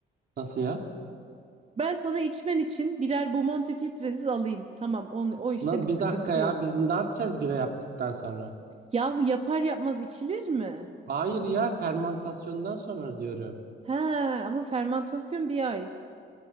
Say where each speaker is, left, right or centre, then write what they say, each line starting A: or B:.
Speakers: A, on the right; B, on the right.
A: Nasıl ya?
B: Ben sana içmen için birer Bomonti filtresiz alayım. Tamam, on, o işte
A: Na,
B: bir sıkıntı
A: bir dakika ya
B: yok.
A: biz ne yapacağız bira yaptıktan sonra?
B: Yahu yapar yapmaz içilir mi?
A: Hayır ya fermentasyondan sonra diyorum.
B: He, ama fermantasyon bir ay.